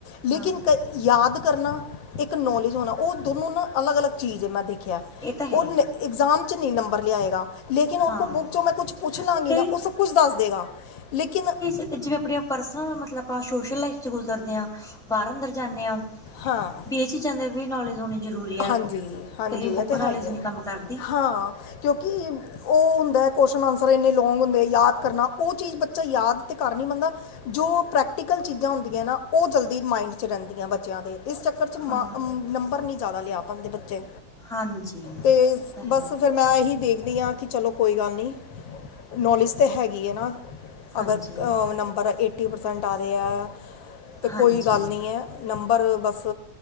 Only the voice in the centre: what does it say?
ਹਾਂ
ਇਹ ਤਾਂ ਹੈ
ਹੀ
ਹਾਂ
ਕਈ
ਅਤੇ, ਜਿਵੇਂ ਆਪਣੇ ਆਪ ਪਰਸਨਲ ਮਤਲਬ ਆਪਾਂ ਸੋਸ਼ਲ ਲਾਈਫ 'ਚ ਗੁਜ਼ਰਦੇ ਹਾਂ ਬਾਹਰ ਅੰਦਰ ਜਾਂਦੇ ਹਾਂ।
ਵੀ ਚੀਜ਼ਾਂ ਦੇ ਵੀ ਨੌਲੇਜ ਹੋਣੀ ਜ਼ਰੂਰੀ ਹੈ।
ਇਕ
ਲਈ ਬੁੱਕ
ਨੌਲੇਜ
ਨਹੀਂ
ਕੰਮ ਕਰਦੀ
ਹਾਂ
ਹਾਂਜੀ
ਇਹ ਤਾਂ ਹੈ
ਹਾਂਜੀ
ਹਾਂਜੀ